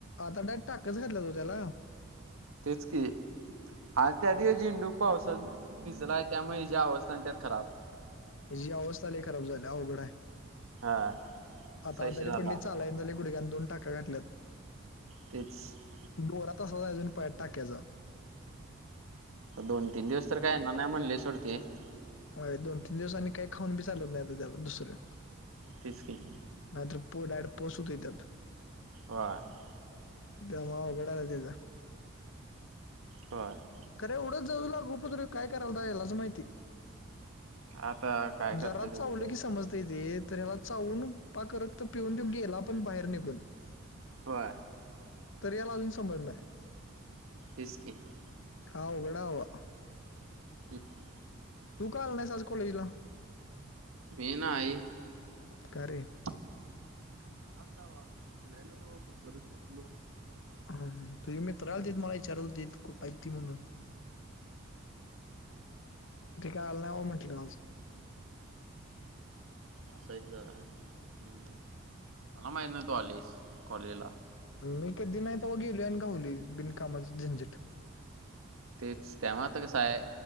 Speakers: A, on the left; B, on the right.
A: आता डायट टाकच घातला तो त्याला <unintelligible>
B: तेच की <unintelligible> आणि त्या दिवस झेंडू पावसाात भिजला आहे त्यामुळे ज्या अवस्था त्यात खराब
A: हची अवस्थालाली खराब झाली उघडा आहे <unintelligible>
B: हा असा
A: आता
B: विषय
A: आजारी
B: झाला
A: पडली चालायन झाली गुडग्यान दोन टाका घातल्यात
B: तेच <unintelligible>
A: डोरा त असा अजून पा टाक्याचा <unintelligible>
B: दोन तीन दिवस तर काय ना नाही म्हणली सोडते <unintelligible>
A: हो दोन तीन दिवसांनी काही खाऊन बी चालत नाही त्याला दुसरं
B: तेचके <unintelligible>
A: नाहीतर पो डाड पोस होत येतात <unintelligible>
B: वा <unintelligible>
A: त्यामुळं अवघड आहे बघ तिचं <unintelligible>
B: होय <unintelligible>
A: खर एवढं जवळ लागू पतुर ह्यो काय करालता ह्यालाच माहिती <unintelligible>
B: आता <unintelligible>
A: जरा चावलं
B: तिथे देव.
A: की समजता येते तर ह्याला चावून पा करत तर पिऊन देऊ गेल आपण बाहेर निघून <unintelligible>
B: हो <unintelligible>
A: तररी याला अजून समजणं <unintelligible>
B: तेच कि <unintelligible>
A: काय अवघड आहे बाबा <unintelligible>
B: <unintelligible>
A: तू का आला नाहीस आज कॉलेज ला
B: मी नाही
A: का रे
B: कंटाळा आलता बाबा उठल्यालो परत झोपलो
A: हम्म तुझी मित्र आलतीत मला विचारालतीत कु ठाय ते म्हणून ते काय आलं नाही बाबा म्हंटलं आज
B: असा विषय चालू आहे हम्म मला माहित नव्हतं तू आलंयस कॉलेजला
A: मी कधी नाही तवा गेलोय आणि घावलोय बिनकामाच झंझट
B: तेच त्यामुळं आता कसं आहे